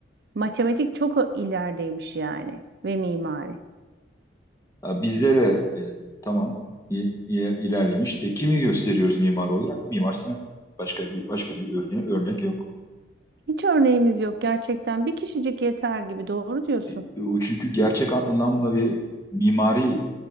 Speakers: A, on the right (about 60°); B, on the left (about 20°).
A: Matematik çok o- ilerideymiş yani ve mimari.
B: Ha, Bizde de e, tamam i- i- ilerlemiş. E, kimi gösteriyoruz mimar olarak? Mimar Sinan. Başka bir başka bir örne örnek yok.
A: Hiç örneğimiz yok gerçekten. Bir kişicik yeter gibi doğru diyorsun.
B: E, e, o çünkü gerçek anlamda bir mimari